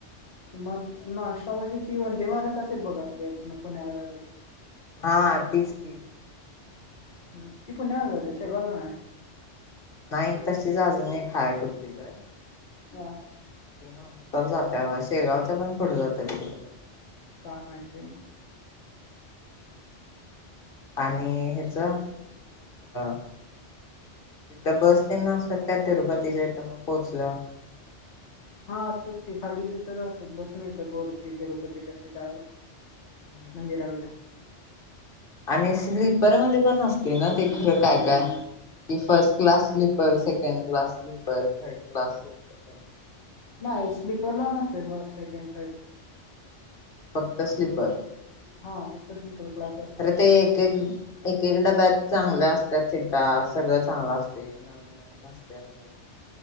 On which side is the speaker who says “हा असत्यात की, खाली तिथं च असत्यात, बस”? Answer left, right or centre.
Left